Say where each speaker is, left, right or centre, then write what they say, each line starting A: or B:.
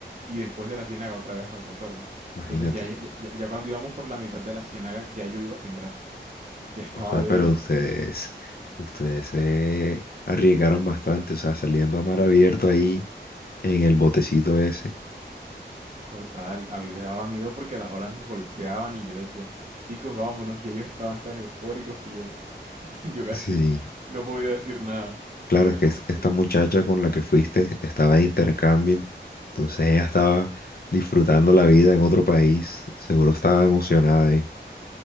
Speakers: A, on the right; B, on the left.
A: y después de la ciénaga otra vez al retorno.
B: Imagínate.
A: Entonces ya, ya, ya- ya cuando íbamos por la mitad de la ciénaga, ya yo iba sin brazos, ya estaba
B: O sea,
A: débil.
B: pero ustedes, ustedes se arriesgaron bastante, o sea, saliendo a mar abierto ahí en el botecito ese.
A: Total, a mí me daba miedo porque las olas nos golpeaban y yo decía, chicos, vámonos, y ellos estaban tan eufóricos que yo, <laughs> yo casi
B: Sí.
A: no podía decir nada.
B: Claro,
A: Fue,
B: es que
A: fue,
B: es- esta
A: fue
B: muchacha con la que fuiste estaba de intercambio, entonces ella estaba disfrutando la vida en otro país, seguro estaba emocionada ahí.